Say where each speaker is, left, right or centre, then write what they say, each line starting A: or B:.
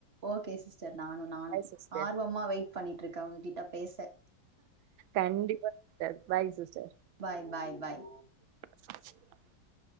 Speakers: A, on the right; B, on the right.
A: ஓகே சிஸ்டர் நானும்- நானும்
B: சிஸ்டர்
A: ஆர்வமா வெயிட் பண்ணிட்டு இருக்கேன் உங்க கிட்ட பேச
B: கண்டிப்பா sister bye sister
A: bye -bye- பாய்
B: <inaudible>